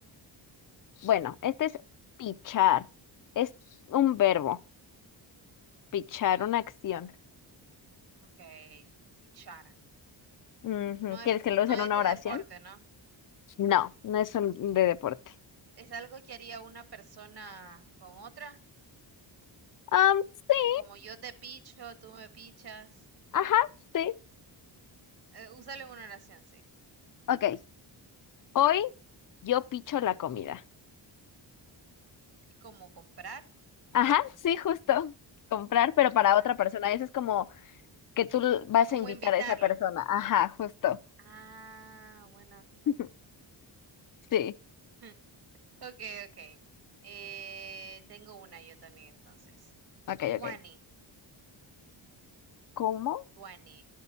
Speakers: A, on the left (about 45°); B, on the right (about 55°).
A: bueno, este es pichar. Es un verbo. Pichar una acción.
B: Ok, pichar.
A: Ujú,
B: No
A: ¿Quieres
B: es,
A: que lo
B: no
A: sea en
B: es
A: una
B: de
A: oración?
B: deporte, ¿no?
A: No, no es un de deporte.
B: Es algo que haría una persona con otra,
A: Um sí,
B: como yo te picho, tú me pichas.
A: ajá, sí.
B: Eh, úsalo en una oración, sí.
A: Ok. Hoy yo picho la comida.
B: Es como comprar,
A: Ajá, sí, justo. Comprar, pero
B: comprar.
A: para otra persona. Eso es como que tú l- vas
B: ¿Cómo
A: a invitar
B: invitarla?
A: a esa persona. Ajá, justo.
B: Ah, bueno, muy
A: <laughs>
B: interesante.
A: Sí.
B: <laughs> Ok, ok. Eh, tengo una yo también entonces.
A: Ok,
B: Tuani,
A: ok. ¿Cómo?
B: tuani,